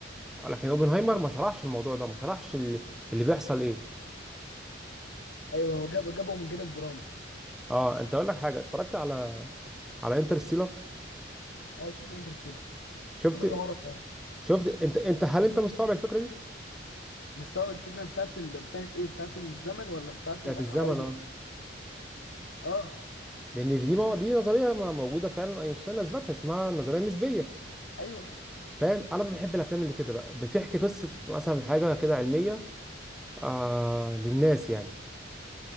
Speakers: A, in the centre; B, on the left (about 75°).
A: لكن اوبنهايمر ما شرحش الموضوع ده ما شرحش اللي, اللي بيحصل ايه
B: ايوه هو جاب جابه من جانب درامي
A: اه انت اقول لك حاجه اتفرجت على على انترستيلر
B: اه شفت انترستيلر شفت
A: شفت
B: كذا مره كمان
A: شفت انت انت هل انت مستوعب الفكره دي
B: مستوعب الفكره بتاعت ال... بتاعت ايه بتاعت الزمن ولا بتاعت
A: بتاعت
B: الابعاد
A: الزمن اه
B: ولا... اه
A: لان دي مو- دي نظريه ما- موجوده فعلا اينشتاين اثبتها اسمها النظريه النسبيه
B: ايوه
A: فاهم انا بحب الافلام اللي كده بقى بتحكي قصه مثلا حاجه كده علميه آه للناس يعني